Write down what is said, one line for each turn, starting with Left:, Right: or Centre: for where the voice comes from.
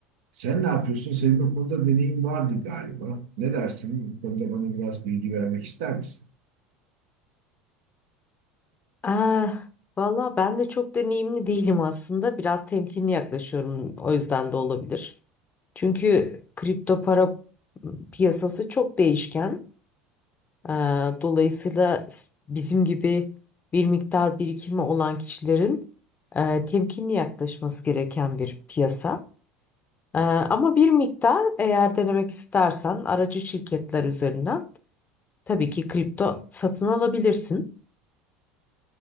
Right: Sen ne yapıyorsun? Senin bu konuda deneyim vardı galiba. Ne dersin? Bu konuda bana biraz bilgi vermek ister misin?
Left: Ee, valla ben de çok deneyimli değilim aslında. Biraz temkinli yaklaşıyorum o yüzden de olabilir. Çünkü kripto para piyasası çok değişken. Ee, dolayısıyla s- bizim gibi bir miktar birikimi olan kişilerin e, temkinli yaklaşması gereken bir piyasa. Ee, ama bir miktar eğer denemek istersen aracı şirketler üzerinden tabii ki kripto satın alabilirsin.